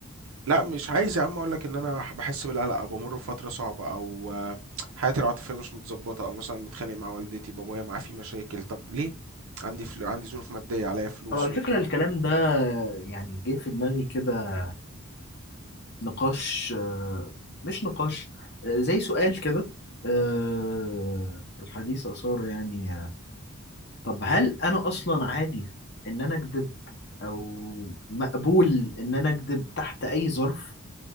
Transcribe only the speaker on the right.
لا مش عايز يا عم اقول لك ان انا بحس بالقلق او بمر بفتره صعبه او آه، حياتي العاطفيه مش متظبطه او مثلا متخانق مع والدتي بابايا معاه في مشاكل طب ليه عندي فلو عندي ظروف ماديه عليا فلوس
مديون